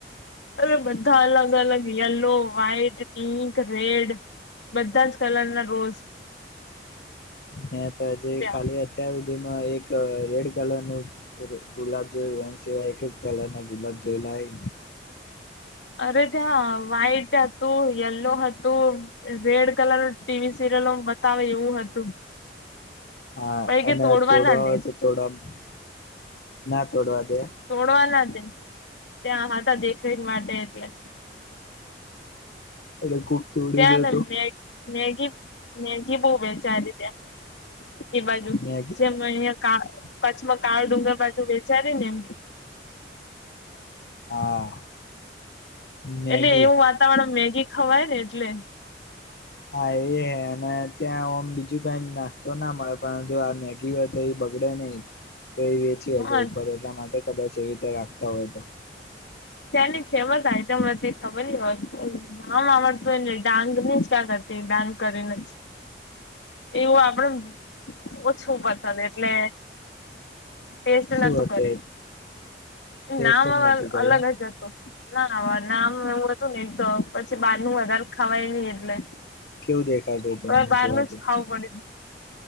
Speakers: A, on the left; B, on the left.
A: અરે બધા અલગ અલગ યલો, વ્હાઈટ, પિંક, રેડ. બધા જ કલર ના રોઝ.
B: મે તો હજ
A: ત્યાં
B: કાલે અત્યારે હ હુંદી માં એક રેડ કલર નું ગુલાબ જોયું એ સિવાય એક કલર ના ગુલાબ જોયલા નઈ.
A: <unintelligible> અરે ત્યાં વ્હાઈટ હતું યલો, હતું રેડ કલર નું ટીવી સિરિયલ બતાવે એવું હતું.
B: હા
A: પઈ કે
B: અને તોડવા
A: ના દે
B: હોય તો તોડવામાં ના તોડવા. દે
A: તોડવા ના દે ત્યાં હતા દેખરેખ માટે એટલે.
B: એટલે કોક તોડી
A: ત્યાં
B: દે
A: અંદર
B: તો
A: મે મેગી મેગી બવ વે ચ રી ત્યા એ બાજુ
B: મેગી
A: જેમ અહં. કા કચ્છમાં કાર ડુંગર બાજુ વેચારી ને એમ.
B: હા. મેગી
A: એટલે એવું વાતાવરણ મેગી ખવાય ને એટલે.
B: હા એ હે અને ત્યાં ઓમ બીજું કઈ નાસ્તો ના મળે પરંતુ આ મેગી હોય તો એ બગડ નહી તો એ વેચી
A: હા
B: હ કે ઉપર એટલા માટે કદાચ એવી રીતે રાખતા હોય તો.
A: ત્યાંની ફેમસ આઈટમ અતિ ખબર હો નામ આડતુંને ડાંગ જ ક્યા તે ડાગ કરીને એવું આપડેને ઓછું પસંદ એટલે. ટેસ્ટ નતું
B: શું હતું
A: કરી્યું.
B: ટેસ્ટ
A: નામ
B: જ
A: અલ
B: નતું કર્યું
A: અલગ જ હતું. ના નામ એ હતું નહ તો પછી બાર નું વધારે ખાવાય નહ એટલે.
B: કેવું દેખાતું હતું
A: તમે
B: આમ
A: બારનું
B: જોવાથી
A: જ ખાવ પડ